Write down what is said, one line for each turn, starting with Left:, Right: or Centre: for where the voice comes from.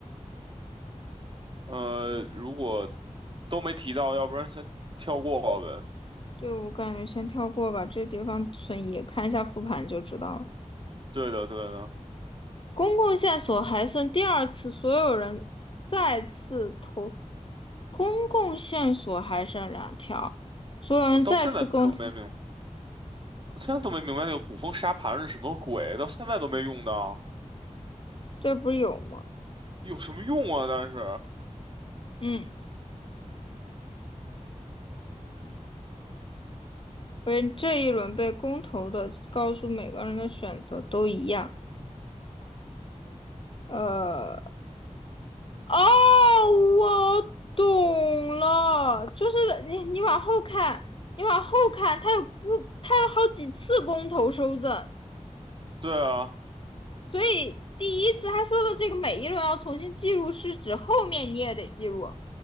Right: 呃，如果都没提到，要不然先跳过呗。
Left: 对我感觉先跳过吧，这地方存疑，看一下复盘就知道了。
Right: 对的，对的，
Left: 公共线索还剩第二次，所有人再次投公共线索还剩两条，所有人再次公投，
Right: 我到现在都没明，我现在都没明白那个古风沙盘是什么鬼，到现在都没用到，
Left: 这不是有吗？
Right: 有什么用啊？但是，
Left: 嗯，为这一轮被公投的，告诉每个人的选择都一样。呃，哦，我懂了，就是你你往后看，你往后看，他有不，他有好几次公投收赠，
Right: 对啊，
Left: 所以第一次他说的这个每一轮要重新记录，是指后面你也得记录。